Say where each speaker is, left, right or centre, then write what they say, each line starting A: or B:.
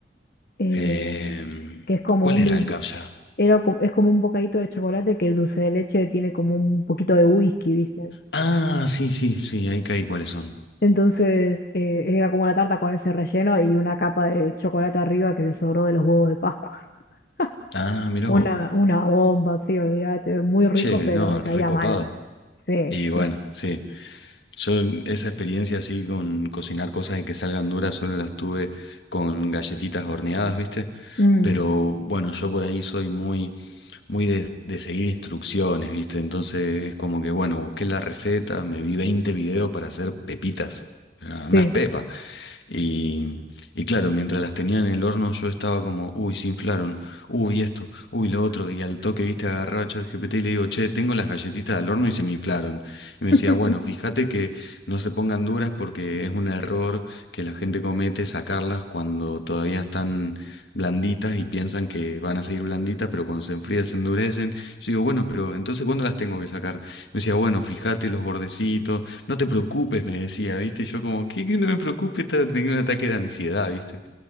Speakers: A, on the left (about 55°); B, on the left (about 80°).
A: eh,
B: Em,
A: que es como
B: ¿cuál
A: un
B: era
A: dulce,
B: el captcha?
A: Era co- es como un bocadito de chocolate que el dulce de leche tiene como un poquito de whisky, ¿viste?
B: Ah, sí, sí, sí, ahí caí cuáles son.
A: Entonces eh, era como una tarta con ese relleno y una capa de chocolate arriba que le sobró de los huevos de Pascua. <laughs>
B: Ah, mirá
A: Una,
B: vos.
A: una bomba, sí, olvídate, muy rico,
B: Che,
A: pero
B: no,
A: me caía
B: recopado.
A: mal. Sí,
B: Y bueno,
A: sí.
B: sí. Yo esa experiencia así con cocinar cosas y que salgan duras solo las tuve con galletitas horneadas, ¿viste?
A: Mm,
B: Pero bueno, yo por ahí soy muy, muy de, de seguir instrucciones, ¿viste? Entonces es como que, bueno, busqué la receta, me vi 20 videos para hacer pepitas, ah, unas
A: sí.
B: pepas. Y, y claro, mientras las tenía en el horno yo estaba como, uy, se inflaron, uy, esto, uy, lo otro. Y al toque, viste, agarraba a ChatGPT y le digo, che, tengo las galletitas al horno y se me inflaron. Y me
A: <laughs>
B: decía, bueno, fíjate que no se pongan duras porque es un error que la gente comete sacarlas cuando todavía están blanditas y piensan que van a seguir blanditas, pero cuando se enfrían se endurecen. Yo digo, bueno, pero entonces ¿cuándo las tengo que sacar? Me decía, bueno, fíjate los bordecitos. No te preocupes, me decía, ¿viste? Yo como, ¿qué, que no me preocupe? Estaba teniendo un ataque de ansiedad, ¿viste?